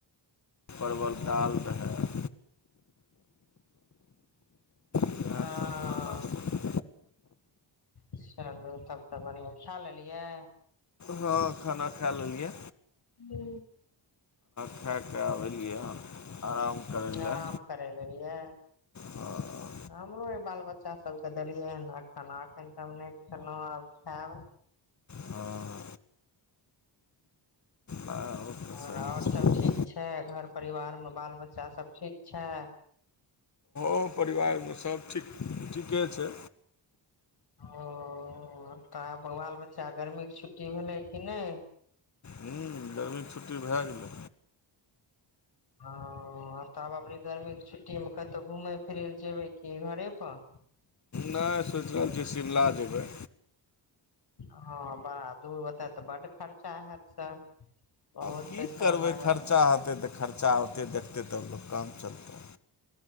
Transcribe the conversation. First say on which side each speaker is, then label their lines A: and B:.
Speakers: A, on the left (about 40°); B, on the left (about 55°).
A: परवल
B: हँ
A: दालि रहै इएह
B: हँ
A: सब खाना सब
B: चलू तब तऽ बढ़िआँ खा लेलियै
A: हँ खाना खा लेलियै
B: हू
A: खा कऽ अबलियै हन आराम करै
B: आराम
A: लए
B: करे लेलियै
A: हँ
B: हमरो ई बाल बच्चा सभके देलियै ह ने खाना एखन तब नहि खेलहुँ आब खायब
A: हँ नहि ओ तऽ
B: आओर
A: सही
B: आओर
A: छै
B: सभ ठीक छै घर परिवार मे बाल बच्चासभ ठीक छै
A: गाँव परिवार मे सब ठीक ठीके छै
B: ओ तऽ आब बाल बच्चा गर्मी के छुट्टी भेलै कि नहि
A: हूँ गर्मी के छुट्टी भए गेलै
B: ओ तऽ आब अभी गर्मी के छुट्टीमे कतहु घूमय फिरय लए जेबै कि घरे पर
A: नहि सोचि रहल छियै शिमला जेबै
B: ओ बड़ा दूर ओतै तऽ बड्ड खर्चा हैत सर बहुत
A: की
B: पैसा
A: करबै
B: लागत
A: खर्चा होतै तऽ खर्चा होतै देखतै तब लोक काम चलते